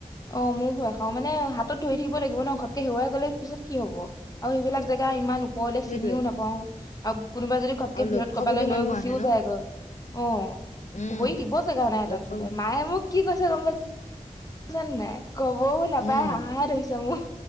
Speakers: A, on the left (about 25°); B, on the left (about 65°).
A: অ, ময়ো ভয় খাওঁ মানে হাতত ধৰি থাকিব লাগিব ন, ঘপকে হেৰুৱাই গ'লে পিছত কি হ'ব। আৰু সেইবিলাক জেগা ইমান ওপৰলে
B: সেইটোয়ে
A: চিনিও নাপাওঁ আৰু কোনোবাই যদি ঘপকে
B: আৰু লক্ষ
A: ভিৰত কৰবালৈ,
B: কোটি
A: লৈ
B: মানুহ
A: গুচিও
B: আহে ন
A: যায়গৈ অ,
B: উম
A: ভৰি দিব জেগা নাই
B: লক্ষ
A: তাত বোলে, মায়ে মোক কি কৈছে গম পাইছ ছ, নে নাই, ক'বও নাপায়
B: উম
A: হাহাহে ধৰিছে মোৰ,